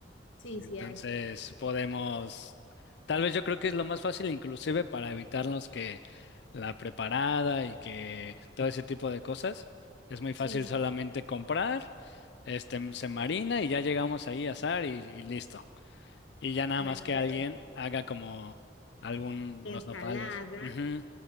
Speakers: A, on the left (about 85°); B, on the left (about 60°).
A: sí,
B: Entonces
A: sí hay.
B: podemos, tal vez yo creo que es lo más fácil, inclusive para evitarnos que la preparada y que todo ese tipo de cosas. Es muy fácil
A: Sí.
B: solamente comprar, este, se marina y ya llegamos ahí a asar y y listo. Y ya nada
A: Bueno,
B: más que
A: pero
B: alguien haga como algún,
A: ensalada,
B: los nopales. Ujú,